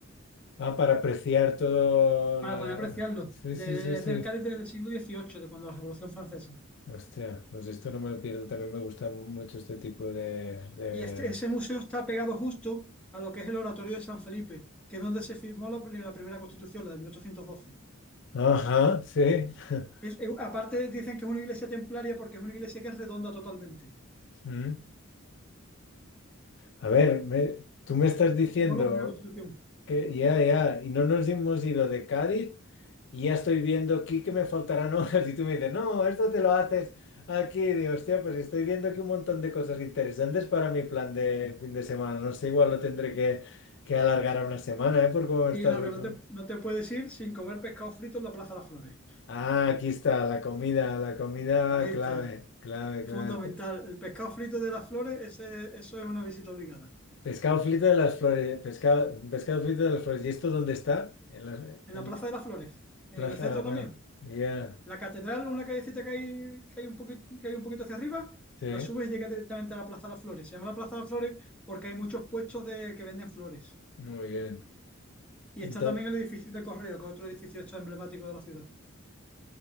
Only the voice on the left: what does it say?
Ah, para apreciar todo
la...
Sí,
sí, sí, sí.
Hostia, pues esto no me lo pierdo. También me gusta mucho este tipo de... de-
Ajá, sí. <laughs>
Mm. A ver, me- tú me estás diciendo...
Que ya, ya, y no nos hemos ido de Cádiz y ya estoy viendo aquí que me faltarán <laughs> horas y tú me dices, no, esto te lo haces aquí, Y digo, hostia, pues estoy viendo aquí un montón de cosas interesantes para mi plan de fin de semana, no sé, igual lo tendré que, que alargar a una semana, ¿eh? Por cómo me
estás...
resu-
Ah, aquí está, la comida, la comida
clave,
clave,
clave. El pe-
Pescado frito de las flores, pescado, pescado frito de las flores, ¿y esto dónde está? En la
en
Plaza,
bueno,
ya,
Sí,
muy bien.
Entonces,